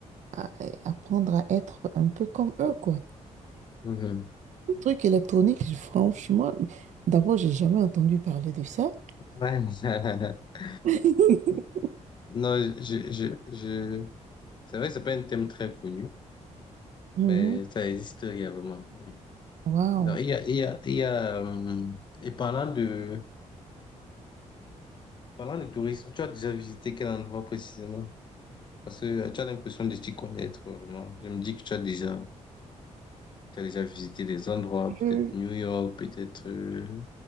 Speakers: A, on the right; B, on the left.
A: à- et apprendre à être un peu comme eux, quoi.
B: Mhm.
A: Le truc électronique, je- franchement, d'abord, j'ai jamais entendu parler de ça.
B: Ouais. <laughs>
A: <laughs>
B: Non, je, je, je... C'est vrai que c'est pas un thème très connu,
A: Mhm.
B: mais ça existe réellement. Oui.
A: Waouh.
B: Non, il y a, il y a, il y a, euh, et parlant de, parlant de tourisme, tu as déjà visité quel endroit précisément? Parce que euh, tu as l'impression de t'y connaître vraiment. Je me dis que tu as déjà, tu as déjà visité des endroits,
A: Je-
B: peut-être New York, peut-être euh,